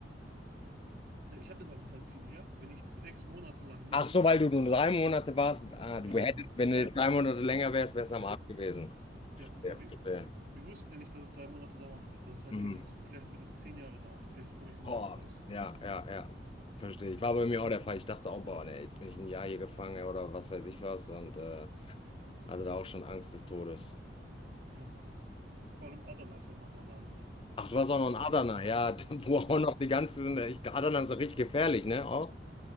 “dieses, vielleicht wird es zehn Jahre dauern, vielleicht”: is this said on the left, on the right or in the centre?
Right